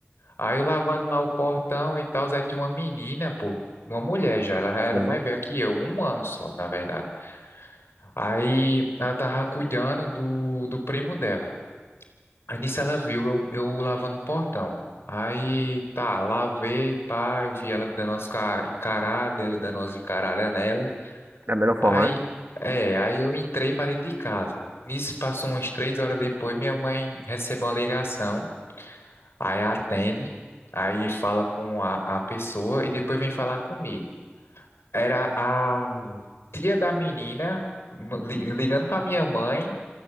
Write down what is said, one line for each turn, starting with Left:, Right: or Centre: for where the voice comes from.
Left: Aí eu lavando lá o portão e tal, aí tinha uma menina, pô, uma mulher já, ela já era
Right: Sim,
Left: mais velha que eu, um ano só, na verdade. Aí ela tava cuidando do, do primo dela. Aí nisso ela viu eu, eu lavando o portão. Aí tá, lavei, pá, eu vi ela dando umas ca- encarada, dando umas encaradas nela.
Right: da melhor forma,
Left: Aí,
Right: né?
Left: é, aí eu entrei pra dentro de casa. Nisso passou umas três horas depois, minha mãe recebeu uma ligação. Aí atende, aí fala com a, a pessoa e depois vem falar comigo. Era a tia da menina li- ligando para minha mãe